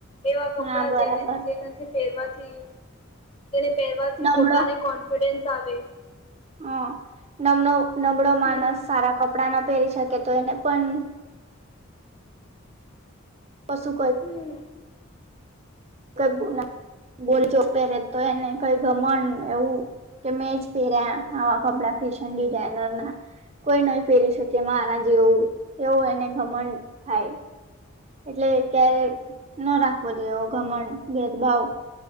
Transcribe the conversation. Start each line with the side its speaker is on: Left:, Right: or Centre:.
Left: એવા કપડા
Right: હા બરાબર
Left: જેને જેના થી પહેરવાથી. તેને પહેરવાથી
Right: નમળો
Left: પોતાને કોન્ફિડન્સ આવે.
Right: હમ, નમનો નબળો માનસ
Left: હમ
Right: સારા કપ કપડા ન પહેરી શકે, તો એને પણ કશું કોઈ
Left: હમ
Right: કઈ બોલજો પેરે તો એને કઈ ગમણ એવું. કે મેં જ પહેર્યા, આવા કપડા ફેશન ડિઝઇનર ના. કોઈ નહી, ફેરી શકે મારા જેવું-એવું, એને ગમણ થાય. એટલે ક્યારે ન રાખવો, જોવો ઘમણ ભેદભાવ.